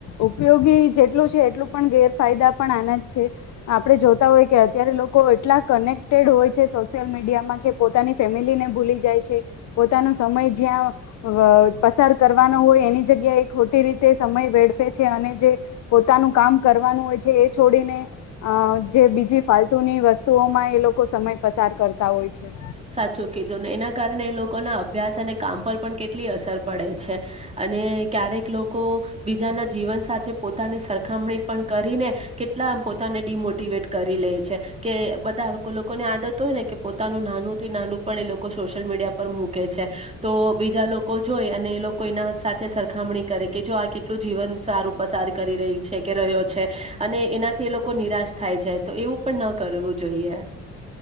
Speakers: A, on the left (about 65°); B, on the right (about 20°).
A: ઉપયોગી જેટલું છે એટલું પણ ગેરફાયદા પણ આના જ છે આપડે જોતા હોય કે અત્યારે લોકો એટલા કનેક ક્ટેડ હોય છે સોશિયલ મીડિયામાં કે પોતાની ફેમિલીને ભૂલી જાય છે પોતાનો સમય જ્યાં અવ પસાર કરવાનો હોય એની જગ્યાએ ખોટી રીતે સમય વેડફે છે અને જે પોતાનું કામ કરવાનું હોય છે એ છોડીને અ જે બીજી ફાલતુની વસ્તુઓમાં એ લોકો સમય પસાર કરતા હોય છે.
B: સાચું કીધું ને એના કારણે એ લોકોના અભ્યાસ અને કામ પર પણ કેટલી અસર પડે છે. અને ક્યારેક લોકો બીજાના જીવન સાથે પોતાની સરખામણી પણ કરીને કેટલા પોતાને ડીમોટીવેટ કરી કેય છે કે બધા લોકોની આદત હોય ને કે પોતા નાનું થી નાનું પણ એ લોકો સોશિયલ મીડિયા પર મૂકે છે તો બીજા લોકો જોઈ અને એ લોકો એના સાથે સરખામણી કરે કે જો આ કેટલું જીવન સારું પસાર કરી રહી છેેકે રહ્યો છે. અને એનાથી એ લોકો નિરાશ થાય છે તો એવું પણ ના કરવું જોઈએ.